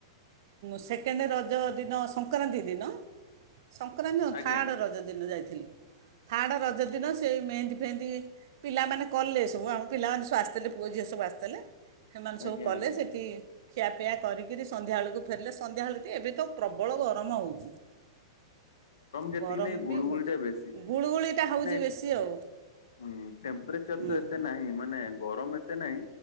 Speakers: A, on the right; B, on the left.
A: ସେକେଣ୍ଡ ରଜ ଦିନ ସଂକ୍ରାନ୍ତି ଦିନ ସଂକ୍ରାନ୍ତି ନୁହେଁ
B: ଆଜ୍ଞା
A: ଥାର୍ଡ଼ ରଜ ଦିନ ଯାଇଥିଲି ଥାର୍ଡ଼ ରଜ ଦିନ ସେ ମେହେନ୍ଦୀ ଫେହେନ୍ଦି ପିଲାମାନେ କଲେ ସବୁ ଆମ ପିଲାମାନେ ସବୁ ଆସିଥିଲେ ପୁଅ ଝିଅ ସବୁ ଆସିଥିଲେ। ସେମାନେ ସବୁ
B: ଆଜ୍ଞା
A: କଲେ
B: ଆଜ୍ଞା
A: ସେଇଠି
B: ଆଜ୍ଞା
A: ଖିଆପିଆ କରିକିରି ସନ୍ଧ୍ୟାବେେଳକୁ ଫେରିଲେ ସନ୍ଧ୍ୟାବେଳ ଏବେ ତ ପ୍ରବଳ ଗରମ ହଉଚି।
B: ଯେତିକି
A: ଗରମ
B: ନାଇଁ ଗୁଳୁଗୁଳି
A: ବି ହଉଚି
B: ଟା ବେଶୀ
A: ଗୁଳୁଗୁଳିଟା ହଉଚି
B: ନାଇଁ
A: ବେଶୀ ଆଉ।
B: ହୁଁ ଟେମ୍ପରେଚର
A: ହୁଁ
B: ତ ଏତେ ନାହିଁ ମାନେ ଗରମ ଏତେ ନାହିଁ